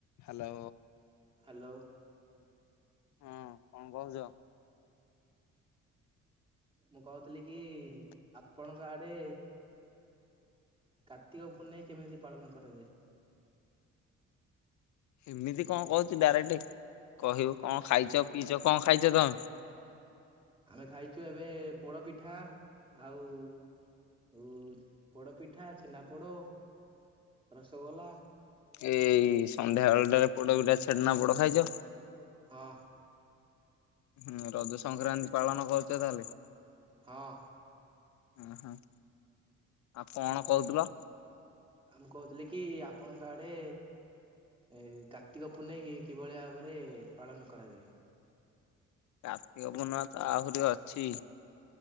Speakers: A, on the left; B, on the right.
A: Hello.
B: Hello.
A: ହଁ କଣ କହୁଛ?
B: ମୁଁ କହୁଥିଲି କି ଆପଣଙ୍କ ଆଡେ କାର୍ତ୍ତିକ ପୂର୍ଣେଇ କେମିତି ପାଳନ କରାଯାଏ?
A: ଏମିତି କଣ କହୁଛୁ ଡାଇରେକ୍ଟ? କହିବୁ କଣ ଖାଇଛ ପିଇଛ କଣ ଖାଇଛ ତମେ?
B: ଆମେ ଖାଇଛୁ ଏବେ ପୋଡ଼ ପିଠା। ଆଉ ଉ ପୋଡ଼ପିଠା, ଛେନା ପୋଡ଼, ରସଗୋଲା
A: ଏଇ ସନ୍ଧ୍ୟା ବେଳଟାରେ ପୋଡ଼ ପିଠା, ଛେନା ପୋଡ଼ ଖାଇଛ?
B: ହଁ।
A: ହୁଁ ରଜ ସଂକ୍ରାନ୍ତି ପାଳନ କରୁଛ ତାହେଲେ?
B: ହଁ।
A: ଓହୋ। ଆଉ କଣ କହୁଥିଲ?
B: ଆ ମୁଁ କହୁଥିଲି କି ଆପଣଙ୍କ ଆଡେ ଏ କାର୍ତ୍ତିକ ପୂର୍ଣ୍ଣେଇକି କିଭଳି ଭାବରେ ପାଳନ କରାଯାଏ?
A: କାର୍ତ୍ତିକ ପୂର୍ଣ୍ମାମା ତ ଆହୁରି ଅଛି।